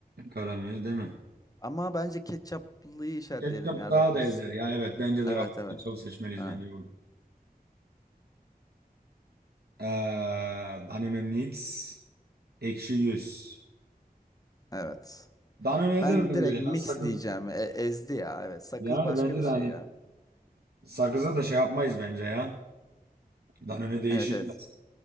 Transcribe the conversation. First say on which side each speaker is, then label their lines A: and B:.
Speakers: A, on the right; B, on the left.
A: Karamio değil mi?
B: Ama bence ketçaplıyı işaretleyelim
A: Ketçap
B: ya
A: daha
B: Ruffles.
A: da ezer ya evet bence
B: Evet
A: de Ruffles
B: evet.
A: ketçabı seçmeliyiz
B: Ha,
A: bence burada. Ee, Danone Mix ekşi yüz.
B: evet.
A: Danone ezer
B: Ben
A: bence
B: direkt
A: ya.
B: mix
A: Sakız
B: diyeceğim. E- ezdi ya evet. Sakız
A: yani
B: başka
A: bence
B: bir şey
A: de hani
B: ya.
A: sakıza da şey yapmayız bence ya. Danone değişilmez.
B: Evet evet.